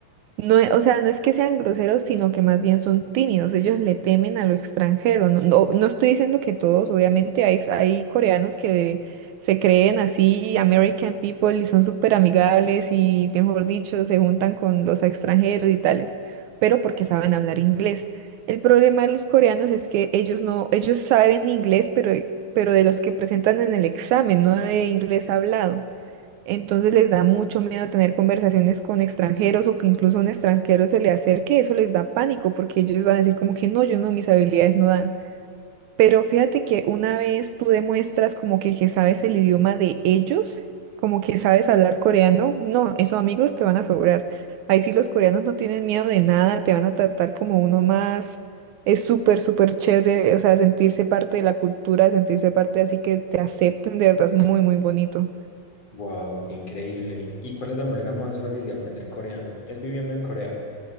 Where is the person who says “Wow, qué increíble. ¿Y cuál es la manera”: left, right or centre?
Left